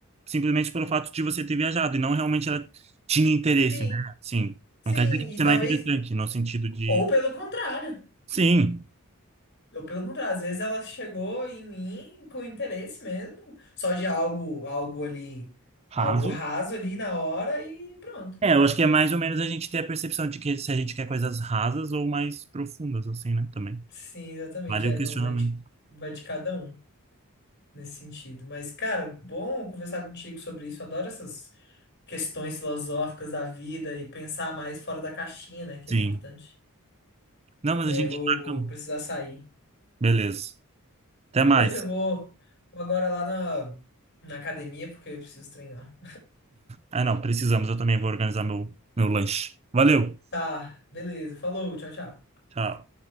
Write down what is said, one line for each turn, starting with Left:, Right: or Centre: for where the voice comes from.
Right: simplesmente pelo fato de você ter viajado, e não realmente ela tinha interesse,
Left: Sim,
Right: né? Assim,
Left: sim,
Right: não quer dizer que
Left: e
Right: você
Left: talvez,
Right: não é interessante, no sentido de,
Left: ou pelo contrário.
Right: sim,
Left: Ou pelo contrário, às vezes ela chegou em mim com interesse mesmo, só de algo, algo ali,
Right: raso.
Left: algo raso ali na hora e pronto.
Right: É, eu acho que é mais ou menos a gente ter a percepção de que se a gente quer coisas rasas ou mais profundas, assim, né? Também.
Left: Sim, exatamente.
Right: Vale
Left: É,
Right: o questionamento.
Left: não, vai de, vai de cada um nesse sentido. Mas, cara, bom conversar contigo sobre isso. Adoro essas questões filosóficas da vida e pensar mais fora da caixinha, né? Que
Right: Sim.
Left: é importante.
Right: Não, mas
Left: É,
Right: a gente
Left: vou,
Right: marca.
Left: vou precisar sair.
Right: Beleza. Até
Left: Beleza?
Right: mais.
Left: Eu vou, vou agora lá na, na academia porque eu preciso treinar.
Right: Ah, não, precisamos. Eu também vou organizar meu, meu lanche. Valeu.
Left: Tá, beleza. Falou, tchau, tchau.
Right: Tchau.